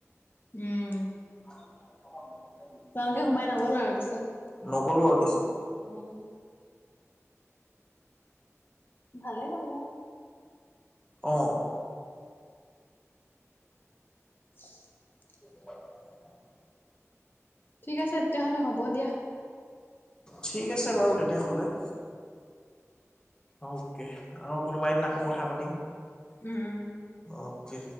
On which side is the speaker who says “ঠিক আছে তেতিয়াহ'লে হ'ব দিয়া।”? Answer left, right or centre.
Left